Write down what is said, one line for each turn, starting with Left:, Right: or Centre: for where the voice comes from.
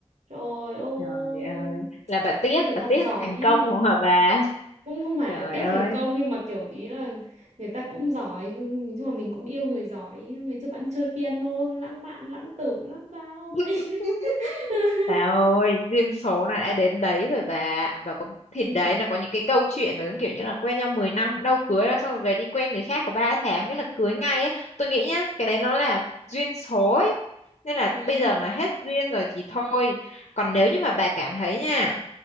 Right: trời ơi
Left: trời ơi là bà tiếc
Right: nó kiểu
Left: bà
Right: học
Left: tiếc
Right: giỏi
Left: thành
Right: ý.
Left: công của bà bà
Right: cũng không phải
Left: trời
Right: là tiếc
Left: ơi
Right: thành công nhưng mà kiểu ý là người ta cũng giỏi nhưng nhưng mà mình cũng yêu người giỏi ngày xưa bạn chơi piano lãng mạn lãng tử lắm ba
Left: <laughs>
Right: ơi <laughs>
Left: Bà ơi, duyên số là đã đến đấy rồi bà. Bà có thì
Right: ừ.
Left: đấy là có những cái câu chuyện mà giống kiểu như là quen nhau 10 năm đâu cưới ra xong rồi về đi quen người khác có 3 tháng cái là cưới ngay ấy. Tôi nghĩ nhá, cái đấy nó là duyên số ấy. Nên là
Right: Ừ.
Left: bây giờ mà hết duyên rồi thì thôi. Còn nếu như mà bà cảm thấy nha,